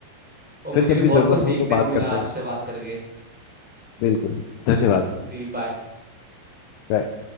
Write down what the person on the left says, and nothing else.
फिर कभी
जरूरत
हो तो
बात
करते
हैं
बिल्कुल
धन्यवाद
बाय